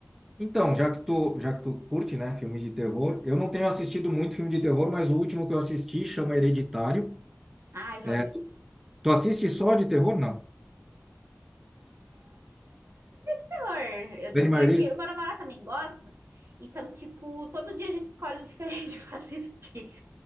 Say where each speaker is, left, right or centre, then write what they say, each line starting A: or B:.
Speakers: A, in the centre; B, on the right.
A: Então, já que tu, já que tu curte, né, filme de terror, eu não tenho assistido muito filme de terror, mas o último que eu assisti chama Hereditário.
B: Ah, já
A: É,
B: olhei.
A: tu assiste só de terror? Não.
B: terror. Eu, tipo,
A: Grande maioria?
B: é que o meu namorado também gosta. Então, tipo, todo dia a gente escolhe um diferente <laughs> pra assistir.